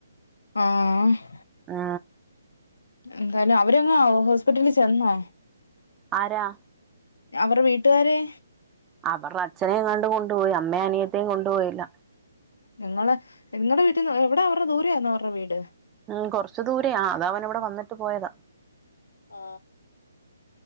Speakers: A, on the left (about 75°); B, on the right (about 15°).
A: ഉം ഹ്
B: ആ
A: എന്തായാലും അവരങ്ങ് ഹോസ്പിറ്റലിൽ ചെന്നോ
B: ആരാ
A: അവരുടെ വീട്ട്കാര് എ
B: അവർടെ അച്ചനെ എങ്ങാണ്ട് കൊണ്ടുപോയി അമ്മേം അനി അനിയത്തിയേം കൊണ്ട് പോയില്ല
A: നിങ്ങൾ നിങ്ങടെ വീട്ടിന്ന് എവിടെ അവരുടെ ദൂരെ ആയിരുന്നോ അവരുടെ വീട്?
B: ഉം കൊർച്ച് ദൂ-രെയാ അത് അവൻ ഇവിടെ വന്ന് ട്ട് പോയതാ
A: ആ